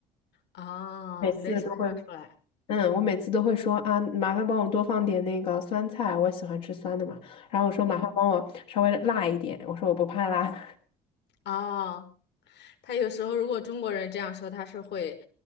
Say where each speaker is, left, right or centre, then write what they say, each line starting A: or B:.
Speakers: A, on the left; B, on the left.
A: 哦，
B: 每次都会，
A: 能想象出来。
B: 嗯，我每次都会说啊，麻烦帮我多放点那个酸菜，我喜欢吃酸的嘛。然后我说麻烦帮我稍微辣一点，
A: 嗯。
B: 我说我不怕辣。
A: 哦，他有时候如果中国人这样说，他是会